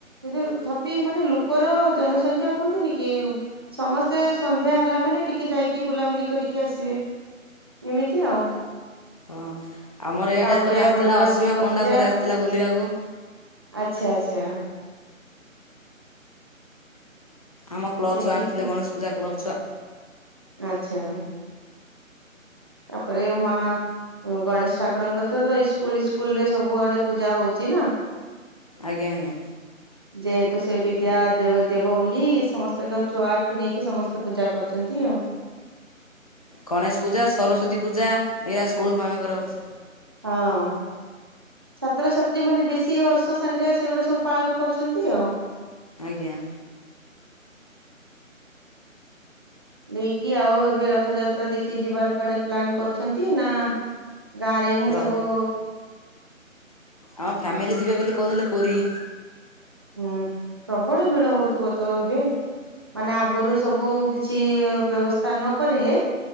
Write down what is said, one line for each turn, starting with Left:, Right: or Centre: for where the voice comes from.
Right: କିନ୍ତୁ ଥପି ମାନେ ଲୋକର ଜନସଂଖ୍ୟା କୁହନ୍ତିନି କି। ସମସ୍ତେ ସନ୍ଧ୍ୟା ହେଲା ମାନେ ଟିକେ ଯାଇକି ବୁଲାବୁଲି କରିକି ଆସିବେ। ଏମିତି ଆଉ।
Left: ହଁ ଆମର ଇଆଡେ
Right: ତାପରେ
Left: ଥରେ ଆସିଥିଲା
Right: ଆପଣଙ୍କର
Left: ଅସୀମା
Right: ଦୁର୍ଗା
Left: ପଣ୍ଡା
Right: ପୂଜା
Left: ଥରେ ଆସିଥିଲା ବୁଲିବାକୁ।
Right: ଆଚ୍ଛା ଆଚ୍ଛା।
Left: ଆମ କ୍ଲବ୍
Right: ସେଇଠି
Left: ଛୁଆ ଆଣିଥିଲେ
Right: ତ।
Left: ଗଣେଶ ପୂଜା କ୍ଲବ୍ ଛୁଆ।
Right: ଆଚ୍ଛା। ତାପରେ ମା ଉଁ ଗଣେଶ ଠାକୁରଙ୍କୁ ତ ତ ଇସ୍କୁଲ୍ ଇସ୍କୁଲରେ ସବୁ ଆଡେ ପୂଜା ହଉଛି ନା।
Left: ଆଜ୍ଞା ଆଜ୍ଞା।
Right: ଯେହେତୁ ସେ ବିଦ୍ୟା ଦେବ ଦେବ ବୋଲି ସମସ୍ତେ ତ ଛୁଆଠୁ ନେଇକି ସମସ୍ତେ ପୂଜା କରୁଛନ୍ତି ଆଉ।
Left: ଗଣେଶ ପୂଜା ସରସ୍ଵତୀ ପୂଜା ଏଇଆ ସ୍କୁଲମାନଙ୍କରେ ହଉଛି।
Right: ହଁ। ଛାତ୍ରଛାତ୍ରୀମାନେ ବେଶୀ ବର୍ଷ ସାଙ୍ଗେରେ ସେଗୁଡା ସବୁ ପାଳନ କରୁଛନ୍ତି ଆଉ।
Left: ଆଜ୍ଞା।
Right: ଦେଇକି ଆଉ ଏବେ ରଥଯାତ୍ରା ଦେଖି ଯିବାରେ କୁଆଡେ ପ୍ଲାନ୍ କରୁ ଛନ୍ତି ନା ଗାଁରେ ହିଁ
Left: ର
Right: ସବୁ
Left: ଆମ ଫ୍ୟାମିଲି ଯିବେ ବୋଲି କହୁଥିଲେ ପୁରୀ।
Right: ହୁଁ ପ୍ରବଳ ଭିଡ ହଉଥୁବ ତ ଏବେ। ମାନେ ଆଗୁରୁ ସବୁ କିଛି ଅ ବ୍ୟବସ୍ତା ନ କରିଲେ